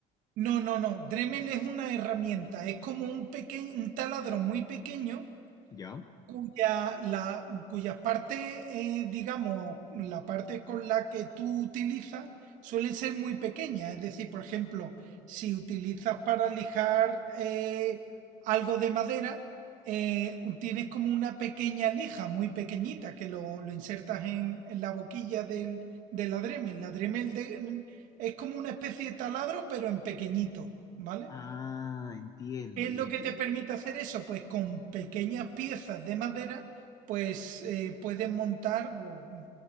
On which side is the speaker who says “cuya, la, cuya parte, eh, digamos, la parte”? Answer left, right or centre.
Right